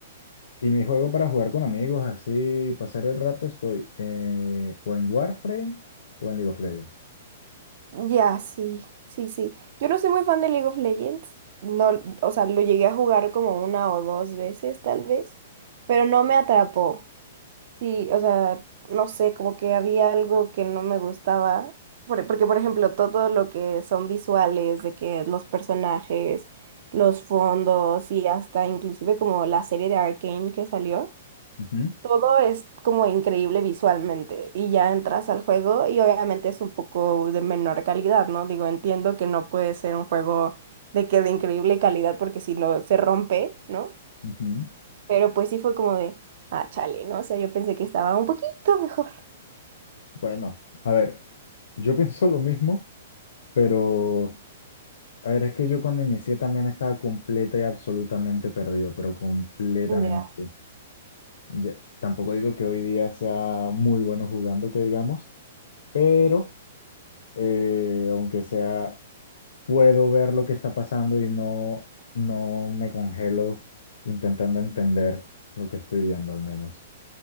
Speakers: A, on the left (about 75°); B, on the right (about 55°).
A: Y mi juego para jugar con amigos, así, pasar el rato, estoy eh, o en Warframe o en League of Legends.
B: Ya, sí, sí, sí. Yo no soy muy fan de League of Legends. No, o sea, lo llegué a jugar como una o dos veces, tal vez, pero no me atrapó. Sí, o sea, no sé, como que había algo que no me gustaba, por- porque por ejemplo, todo lo que son visuales, de que los personajes, los fondos y hasta inclusive como la serie de Arcane que salió,
A: Ujú,
B: todo es como increíble visualmente y ya entras al juego y obviamente es un poco de menor calidad, ¿no? Digo, entiendo que no puede ser un juego de que de increíble calidad porque si no se rompe, ¿no?
A: ujú.
B: Pero pues sí fue como de, ah, chale, ¿no? O sea, yo pensé que estaba un poquito mejor.
A: Bueno, a ver, yo <laughs> pienso lo mismo, pero a ver, es que yo cuando inicié también estaba completa y absolutamente perdido, pero completamente.
B: Ya,
A: Ya- tampoco digo que hoy día sea muy bueno jugando, que digamos, pero eh, aunque sea puedo ver lo que está pasando y no, no me congelo intentando entender lo que estoy viendo al menos.